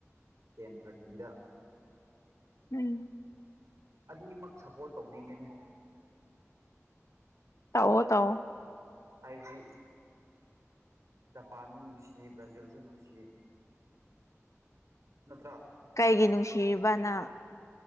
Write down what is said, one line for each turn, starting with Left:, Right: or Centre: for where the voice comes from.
Right: ꯇ ꯊꯠꯔ
Left: ꯎꯝ
Right: ꯑꯅꯤꯃꯛ ꯁꯄꯣꯔꯠ ꯇꯧꯅꯤꯡꯉꯦꯅꯦ
Left: ꯇꯑꯣ ꯇꯎꯣ
Right: ꯍꯥꯏꯁꯤ ꯖꯄꯥꯟꯕꯨ ꯅꯨꯡꯁꯤ ꯕ꯭ꯔꯥꯖꯤꯜꯁꯨ ꯅꯨꯡꯁꯤ ꯅꯠꯇ꯭ꯔ
Left: ꯀꯩꯒꯤ ꯅꯨꯡꯁꯤꯔꯤꯕꯅ